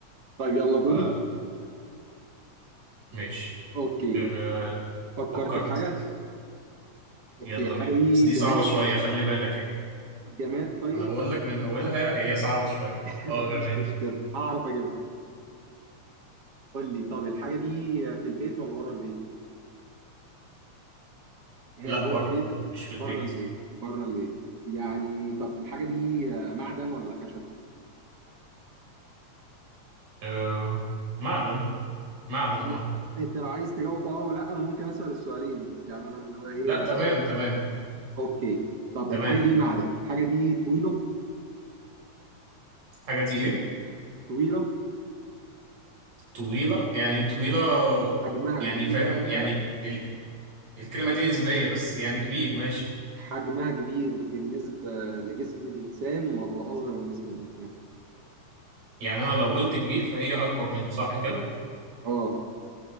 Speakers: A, on the right (about 40°); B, on the right (about 85°).
A: طيب يلا دوري
B: ف ماشي
A: اوكي
B: آه
A: فكرت
B: فكرت
A: في حاجه
B: يلا
A: اوكي
B: يلا
A: الحاجه
B: بينا
A: دي
B: بس دي
A: جماد
B: صعبة شوية خلي بالك يعني
A: جماد طيب
B: أنا بقول لك من أولها هي صعبة شوية
A: <laughs>
B: اه
A: مفيش
B: جماد
A: مشكله هعرف اجيبها قول لي طب الحاجه دي في البيت ولا بره البيت هي
B: لا
A: جوه
B: بره
A: البيت
B: مش في
A: بره
B: البيت
A: البيت بره البيت يعني طب الحاجه دي معدن ولا خشب
B: آه معدن معدن اه
A: لا، انت لو عايز تجاوب اه ولا انا ممكن اسال السؤالين بس يعني انا اللي هو ايه
B: لا
A: بنحاول
B: تمام تمام
A: اوكي طب
B: تمام
A: الحاجه دي معدن الحاجه دي طويله
B: الحاجة دي إيه؟
A: طويله
B: طويلة يعني طويلة
A: حجمها
B: يعني
A: كبير
B: فاهم
A: ولا
B: يعني
A: صغير
B: ال... الكلمة دي نسبية بس يعني كبير ماشي
A: حجمها كبير بالنسبه لجسم الانسان ولا اصغر من جسم الانسان
B: يعني أنا لو قلت كبير فهي أكبر منه صح كده؟
A: اه